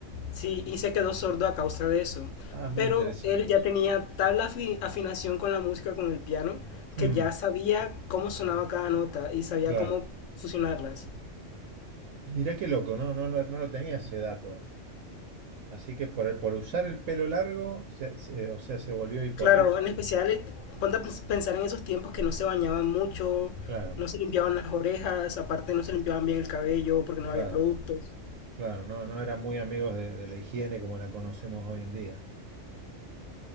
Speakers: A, on the left; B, on the right.
A: sí, y se quedó sordo a causa de eso.
B: ah, es muy
A: Pero
B: interesante.
A: él ya tenía tal afi- afinación con la música, con el piano, que
B: Mm,
A: ya sabía cómo sonaba cada nota y sabía
B: claro.
A: cómo fusionarlas.
B: Mirá qué loco, ¿no? No, lo- no lo tenía ese dato. Así que por, por usar el pelo largo, se- se- o sea, se volvió hipoacúsico.
A: Claro, en especial, eh, ponte a pens- pensar en esos tiempos que no se bañaban mucho,
B: Claro,
A: no se limpiaban las orejas, aparte no se limpiaban bien el cabello porque no
B: claro.
A: había productos.
B: Claro, no, no eran muy amigos de, de la higiene como la conocemos hoy en día.